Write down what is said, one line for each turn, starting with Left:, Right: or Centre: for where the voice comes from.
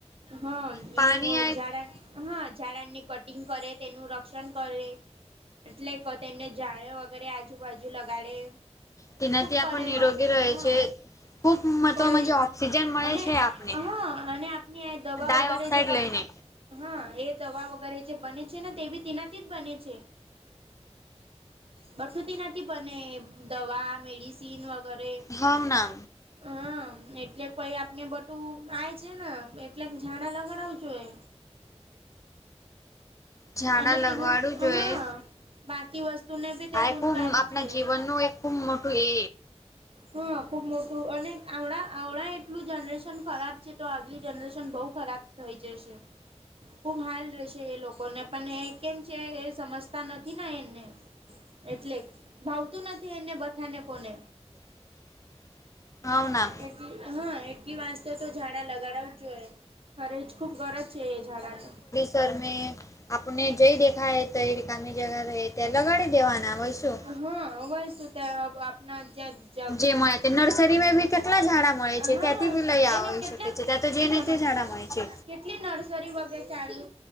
Right: હા
Left: પાણી
Right: એવ
Left: આ
Right: હા ઝાડાની પત ટિંગ કરે તેનું રક્ષણ કરે એટલે તો તેમને જાયે વગેરે આજુબાજુ લગાડે
Left: તેનાથી
Right: ખુબ
Left: આપણ
Right: કરે
Left: નિરોગી
Right: હમે
Left: રહે
Right: હા
Left: છે. ખૂબ મહત્વ
Right: કઈ
Left: મજે ઓક્સિજન મળે
Right: અને
Left: છે આપને
Right: હા અને ની દવા
Left: ડાય
Right: વગેરે
Left: ઓક્સાઇડ
Right: જ બ
Left: લઈને
Right: હા એ દવા વગેરે જે બને છે ને તે બી તેનાથી જ બને છે બસુંતી નથી બને દવા મેડિસિન વગેરે
Left: હમ ના
Right: હમ એટલે કોઈ આપને બધું આ છે ને એટલે ઝાડા લગાડવો જોઇએ
Left: ઝાડા
Right: અને
Left: લગવાડવું
Right: તેનું
Left: જોઈએ
Right: હ બાકી વસ્તુને બી તે
Left: આ
Right: ગુણકારી
Left: ખૂબ આપણા
Right: છે
Left: જીવનનું એક ખૂબ મોટું એ
Right: હા ખુબ મોટું અને આવડા આવડા એટલું જનરેશન ખરાબ છે તો આગલી જનરેશન બહુ ખરાબ થઈ જશે ખુબ હાલ રહેશે એ લોકો કોને પણ એ કેમ છે એ સમજતા નથી એને એટલે ભાવતું નથી એને બઠાને કોને
Left: <inaudible> ના
Right: એલી હા એટલી વાસ તો ઝાડા લગાડવા જ જોઈએ ખરે ખૂબ ગરજ છે ઝાડા ને
Left: ટર મેં આપને જોઈ દેખાય ત રિકામી જગા રહે ત્યાં લગાડી દેવાના હોય શું
Right: હા <unintelligible> તો આપણા જે
Left: જે મળે તે નર્સરીમાં બી કેટલા જણા મળે
Right: હા
Left: છે ત્યાંથી બી લઈ આવાય
Right: એને કેટલા
Left: શકે છે ત્યા તો જઈ
Right: ઊંચા
Left: તે ને તો
Right: માનતા
Left: જ હારા મળે છે
Right: કેટલી નર્સરી વગેરે ચાલુ